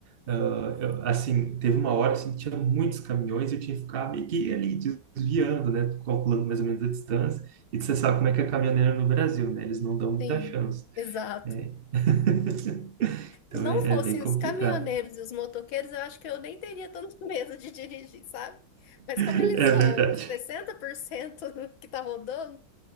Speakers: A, on the right; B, on the left.
A: ah, eu- assim, teve uma hora assim, que tinha muitos caminhões e eu tinha que ficar meio que ali desviando, né, calculando mais ou menos a distância, e você sabe como é que é caminhoneiro no Brasil, né, eles não dão muita
B: Sim,
A: chance,
B: exato.
A: É, <laughs> então
B: Se não
A: é,
B: fossem
A: é bem complicado.
B: os caminhoneiros e os motoqueiros, eu acho que eu nem teria tanto <laughs> medo de dirigir, sabe? Mas
A: <laughs> É
B: como eles são
A: verdade.
B: 60% do que tá rodando,